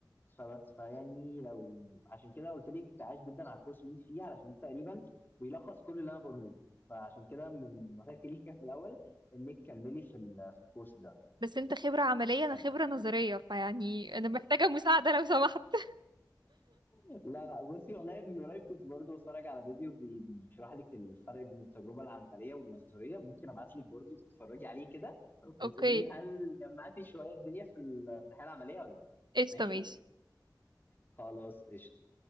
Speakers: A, on the left; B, on the right.
A: فبس فيعني لو عشان كده قلت لك عايش جدا على الكورس اللي انت فيه علشان انت تقريبا بيلخص كل اللي انا بقوله لك فعشان كده من نصيحتي ليك <laughs> كانت من الاول انك كملي في ال... في الكورس ده
B: بس انت خبره عمليه انا
A: <laughs> فاهم؟
B: خبره نظريه فيعني انا محتاجه مساعده لو سمحت <laughs>
A: لا لا بصي والله من قريب كنت برضو بتفرج على فيديو بي... بيشرح لك الفرق بين التجربه العمليه والنظريه ممكن ابعت لك برضو تتفرجي عليه كده وتقولي
B: اوكي
A: لي هل جمعتي شويه الدنيا في ال... في الحياه العمليه ولا لا
B: قشطه
A: ماشي
B: ماشي
A: خلاص قشطه